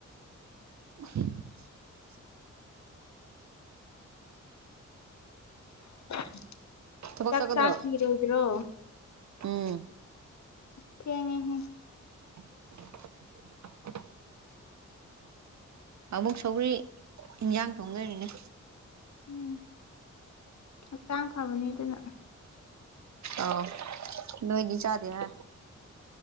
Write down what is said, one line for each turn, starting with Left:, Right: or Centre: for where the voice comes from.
Right: <inaudible>
Left: <inaudible>
Right: ꯊꯕꯛ
Left: ꯆꯥꯛ
Right: ꯆꯠꯀꯗ꯭ꯔꯣ
Left: ꯆꯥꯈꯤꯔꯣꯏꯗ꯭ꯔꯣ
Right: ꯎꯝ
Left: ꯊꯦꯡꯉꯦꯍꯦ
Right: <inaudible> ꯑꯃꯨꯛ ꯁꯧꯒꯔꯤ ꯏꯟꯖꯥꯡ ꯊꯣꯡꯗꯣꯏꯔꯤꯅꯦ
Left: ꯎꯝ ꯍꯛꯆꯥꯡ ꯐꯕꯅꯦ ꯑꯗꯨꯅ
Right: ꯑꯧ ꯅꯣꯏꯗ ꯆꯥꯗꯦꯍ